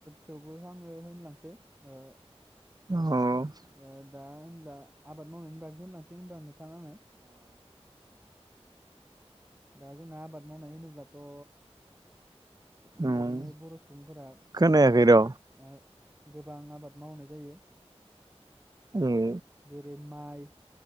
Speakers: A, on the right; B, on the right.
A: थेवबो आङो होनलांसै ओ।
B: अ अ
A: ओ दा होनब्ला आबाद मावनायनि बागै होनलांसै होनबा नोंथां आङो। दा जोंना आबाद मावनाय होनोब्लाथ'ओ बेबायदिनो
B: उम
A: बर' सुबुंफोरा
B: खोनायाखै र'
A: आ गोबां आबाद मावनाय जायो
B: उम
A: जेरै माइ,